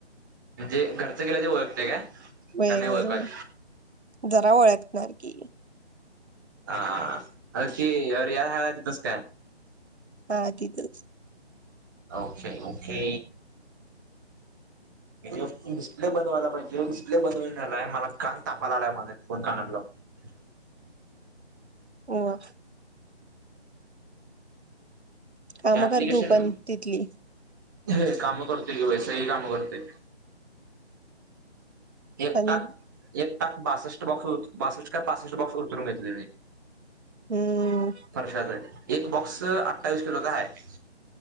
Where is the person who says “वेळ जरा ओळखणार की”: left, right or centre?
Right